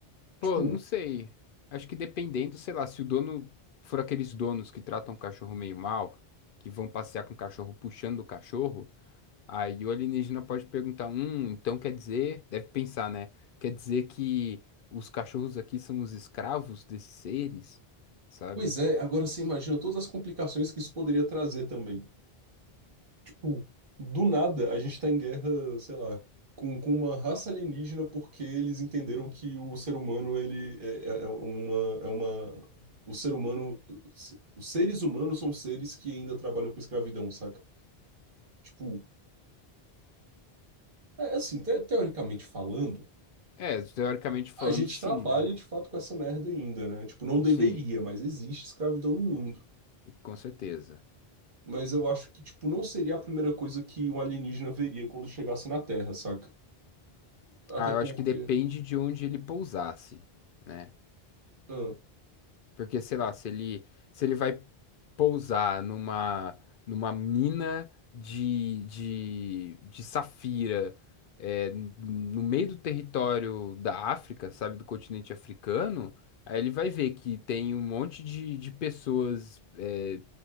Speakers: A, on the left; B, on the right.
A: Pô,
B: Tipo,
A: não sei. Acho que dependendo, sei lá, se o dono for aqueles donos que tratam o cachorro meio mal, que vão passear com o cachorro puxando o cachorro, aí o alienígena pode perguntar: hum, então quer dizer, deve pensar, né? Quer dizer que os cachorros aqui são os escravos desses seres, sabe?
B: pois é, agora você imagina todas as complicações que isso poderia trazer também. Tipo, do nada, a gente tá em guerra, sei lá, com, com uma raça alienígena porque eles entenderam que o ser humano, ele é, é- é uma, é uma... O ser humano... Os seres humanos são seres que ainda trabalham com escravidão, saca? Tipo, é assim, te- teoricamente falando,
A: É, teoricamente falando,
B: a gente
A: sim,
B: trabalha
A: né?
B: de fato com essa merda ainda, né? Tipo, não deveria,
A: Sim,
B: mas existe escravidão no mundo.
A: com certeza.
B: Mas eu acho que, tipo, não seria a primeira coisa que um alienígena veria quando chegasse na Terra, saca? Até
A: Ah,
B: porque...
A: eu acho que depende de onde ele pousasse, né?
B: ah,
A: Porque, sei lá, se ele, se ele vai pousar numa, numa mina de, de, de safira, é, n- no meio do território da África, sabe, do continente africano, aí ele vai ver que tem um monte de, de pessoas, é,